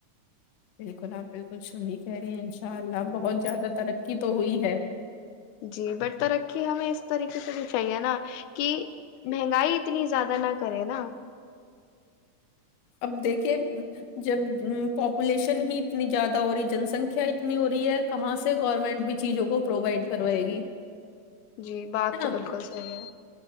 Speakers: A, on the left (about 65°); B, on the left (about 80°).
A: بالکل آپ بالکل سن ہی کہہ رہی ہیں انشاء اللہ بہت زیادہ ترقی تو ہوئی ہے
B: جی بٹ ترقی ہمیں اس طریقے سے بھی چاہیے نا کہ مہنگائی اتنی زیادہ نہ کرے نا
A: اب دیکھیے جب پاپولیشن ہی اتنی زیادہ ہو رہی جن سنکھیا اتنی ہو رہی ہے کہاں سے گورنمنٹ بھی چیزوں کو پرووائڈ کروائے گی
B: جی بات
A: ہے
B: تو
A: نا
B: بالکل صحی ہے